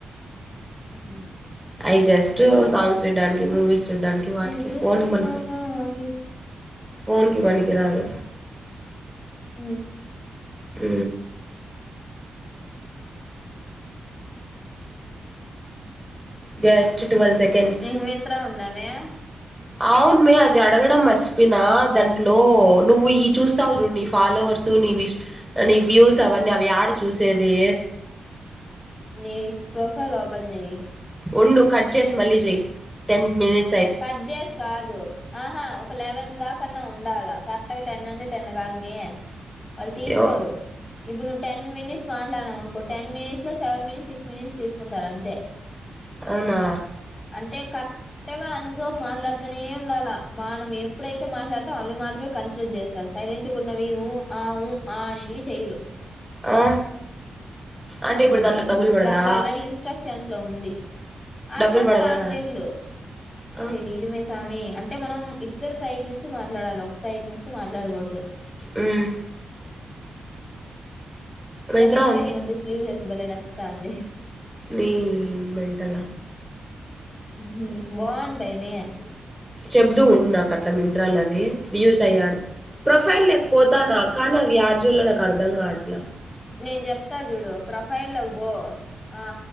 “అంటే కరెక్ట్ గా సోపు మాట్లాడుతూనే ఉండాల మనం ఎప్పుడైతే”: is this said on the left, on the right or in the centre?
Left